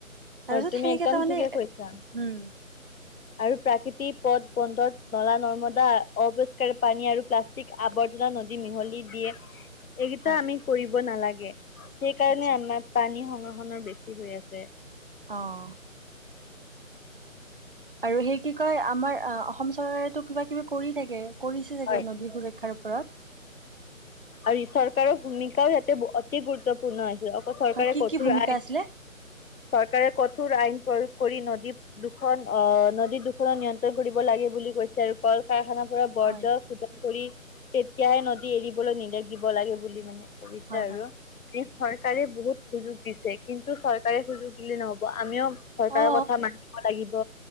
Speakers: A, on the right; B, on the left.
A: তাৰপিছত
B: হয়, তুমি
A: সেনেকে
B: একদম
A: তাৰমানে
B: ঠিকে কৈছা।
A: উম
B: আৰু প্ৰাকৃতিক পথ বন্দত নলা-নৰ্মদা অপৰিস্কাৰ পানী আৰু প্লাষ্টিক ষ্টিক আৱৰ্জনা নদী মিহলি দিয়ে এইকেইটা
A: হয়
B: আমি কৰিব নালাগে, সেইকাৰণে
A: আচ্ছা
B: আমাৰ পানী সংৰহনৰ বেছি হৈ আছে।
A: অ'। আৰু হেই কি কয় আমাৰ অসম চৰকাৰেটো কিবা-কিবি কৰি থাকে। কৰিছে চাগে
B: হয়
A: নদী সুৰ ক্ষাৰ ওপৰত।
B: আৰু ই চৰকাৰৰ ভূমিকাও ইায়াতে অতি গুৰুত্বপূৰ্ণ আছিল। অকল চৰকাৰে
A: হয় কি
B: কঠোৰ
A: কি ভূমিকা
B: আইন
A: আছিলে
B: চৰকাৰে কঠোৰ আইন প্ৰয়োগ কৰি নদী দুখন অ', নদী দুখনত নিয়ন্ত্ৰণ কৰিব লাগে বুলি কৈছে আৰু। কল কাৰখানাৰ পৰা বৰ্জ
A: হয়
B: শোধন কৰি তেতিয়াহে নদী এৰি বলৈ নিৰ্দেশ দিব লাগে বুলি মানে কৰিছে
A: হয়
B: আৰু।
A: হয়
B: চৰকাৰে বহুত সুযোগ দিছে। কিন্তু চৰকাৰে সুযোগ দিলে নহ'ব, আমিও চৰকাৰৰ
A: অ
B: কথা মানিব লাগিব।